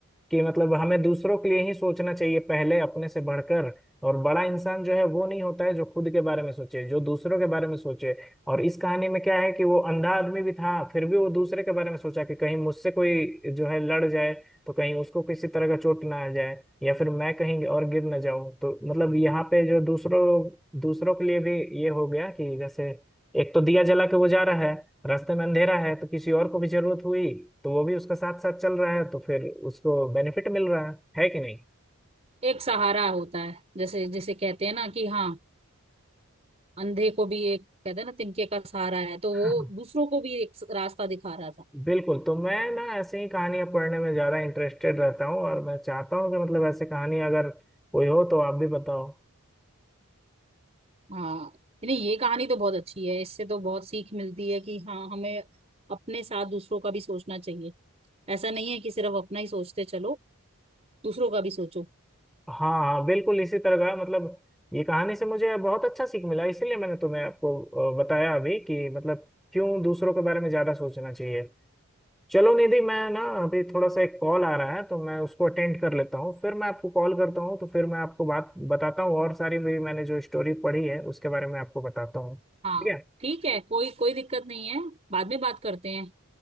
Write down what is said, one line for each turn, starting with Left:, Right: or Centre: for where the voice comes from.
Centre: कि मतलब हमें दूसरों के लिए ही सोचना चाहिए पहले अपने से बढ़कर और बड़ा इंसान जो है वो नहीं होता है जो खुद के बारे में सोचे जो दूसरों के बारे में सोचे और इस कहानी में क्या है कि वो अंधा आदमी भी था फिर भी वो दूसरे के बारे में सोचा कि कहीं मुझसे कोई जो है लड़ जाए तो कहीं उसको किसी तरह का चोट ना आ जाए या फिर मैं कहीं और गिर ना जाऊं तो मतलब यहाँ पे जो दूसरों दूसरों के लिए भी ये हो गया कि जैसे एक तो दिया जला के वो जा रहा है रास्ते में अंधेरा है तो किसी और को भी जरूरत हुई तो वो भी उसके साथ साथ चल रहा है तो फिर उसको बेनिफिट मिल रहा है है कि नहीं
Right: एक सहारा होता है जैसे जैसे कहते हैं ना कि हाँ अंधे को भी एक कहते हैं ना तिनके का सहारा है तो वो
Centre: हाँ।
Right: दूसरों को भी एक रास्ता दिखा रहा था
Centre: बिल्कुल तो मैं ना ऐसे ही कहानियां पढ़ने में ज्यादा इंटरेस्टेड रहता हूँ और मैं चाहता हूँ कि मतलब ऐसे कहानी अगर कोई हो तो आप भी बताओ
Right: हाँ नहीं ये कहानी तो बहुत अच्छी है इससे तो बहुत सीख मिलती है कि हाँ हमें अपने साथ दूसरों का भी सोचना चाहिए ऐसा नहीं है कि सिर्फ अपना ही सोचते चलो दूसरों का भी सोचो
Centre: हाँ हाँ बिल्कुल इसी तरह का मतलब ये कहानी से मुझे बहुत अच्छा सीख मिला इसीलिए मैंने तुम्हें आपको अ, बताया अभी कि मतलब क्यों दूसरों के बारे में ज्यादा सोचना चाहिए चलो निधि मैं ना अभी थोड़ा सा एक कॉल आ रहा है तो मैं उसको अटेंड कर लेता हूँ फिर मैं आपको कॉल करता हूँ तो फिर मैं आपको बात बताता हूँ और सारी भी मैंने जो स्टोरी पढ़ी है उसके बारे में आपको बताता हूँ ठीक
Right: हाँ
Centre: है
Right: ठीक है कोई कोई दिक्कत नहीं है बाद में बात करते हैं